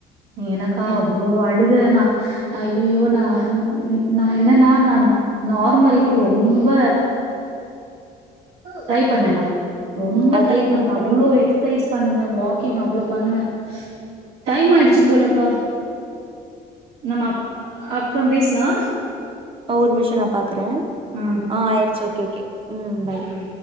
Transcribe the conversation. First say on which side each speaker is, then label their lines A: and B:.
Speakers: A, on the right; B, on the right.
A: எனக்கா
B: ம்
A: அவ்ளோ அழு து நா அய்யய்யோ நா நா என்னன்னா நான் நார்மலுக்கு ரொம்ப ட்ரை பண்ண நா ரொம்ப
B: அது
A: ட்ரை
B: என்னவோ
A: பண்ண அவ்ளோ
B: கரெக்ட்
A: எக்ஸ் எக்கைஸ் பண்ணுவ வாக்கிங் அவ்ளோ பண்ணுவே டைம் ஆயிடுச்சு போலப்பா நம்மப் அப்றொ பேசலா
B: ஆ ஒருமிஷ நா பாக்குற
A: ஆ
B: ஆ ஆயிருச்சு ஓகே ஓகே பாய்
A: உம்